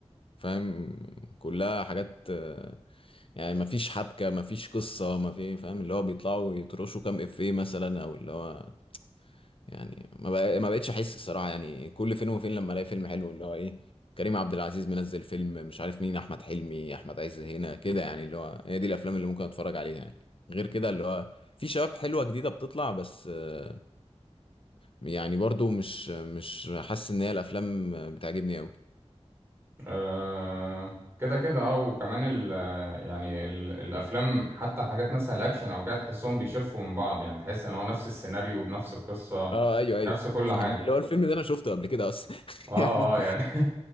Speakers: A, on the left; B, on the right.
A: فاهم كلها حاجات آه، يعني مفيش حبكة مفيش قصة مفيش فاهم اللي هو بيطلعوا يترشوا كام إفيه مثلا أو اللي هو يعني ما بق- ما بقتش احس الصراحه يعني كل فين وفين لما الاقي فيلم حلو اللي هو ايه كريم عبد العزيز منزل فيلم مش عارف مين احمد حلمي احمد عز هنا كده يعني اللي هو هي دي الافلام اللي ممكن اتفرج عليها يعني غير كده اللي هو في شباب حلوه جديده بتطلع بس آه، يعني برضو مش مش حاسس ان هي الافلام آه، بتعجبني قوي
B: آه كده كده اه وكمان ال يعني ال الافلام حتى الحاجات مثلا الاكشن او كده تحسهم بيشفوا من بعض يعني تحس ان هو نفس السيناريو بنفس القصه
A: اه ايوه
B: نفس
A: ايوه
B: كل
A: فاهم
B: حاجه
A: اللي هو الفيلم ده انا شفته قبل كده اصلا <laughs>
B: اه
A: يعني
B: اه يعني <laughs>